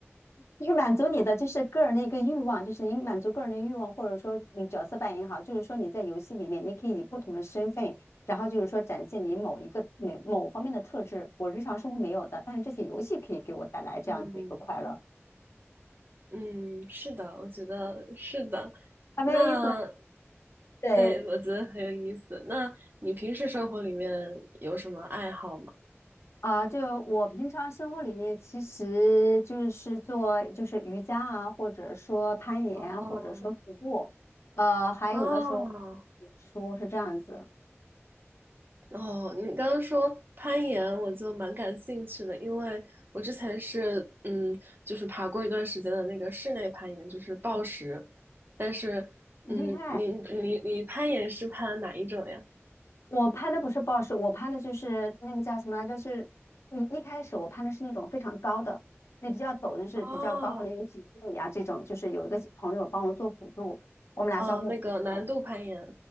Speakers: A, on the left; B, on the right.
A: 就是满足你的就是个人的一个欲望，就是你满足个人的欲望，或者说你角色扮演也好，就是说你在游戏里面，你可以以不同的身份，然后就是说展现你某一个某某方面的特质，我日常生活没有的，但是这些游戏可以给我带来这样子的一个快乐，
B: 嗯嗯，是的，我觉得是的。
A: 还蛮有意思的。
B: 那
A: 对
B: 对，我觉得很有意思。那你平时生活里面有什么爱好吗？
A: 啊，就我平常生活里面，其实就是做就是瑜伽啊，或者说攀岩啊或者说徒步，
B: 哦
A: 呃，还有的时候
B: 哦
A: 写书是这样子，
B: 哦，你刚刚说攀岩，我就蛮感兴趣的，因为我之前是嗯，就是爬过一段时间的那个室内攀岩，就是抱石。但是嗯，
A: 很厉害。
B: 你你你攀岩是攀哪一种呀？
A: 我攀的不是 b o 我攀的就是那个叫什么来着？就是，你一开始我攀的是那种非常高的，那比较陡，就是比较高，
B: 哦
A: 可能有几十米啊这种。就是有一个朋友帮我做辅助，我们俩相互辅助。
B: 哦，那个难度攀岩。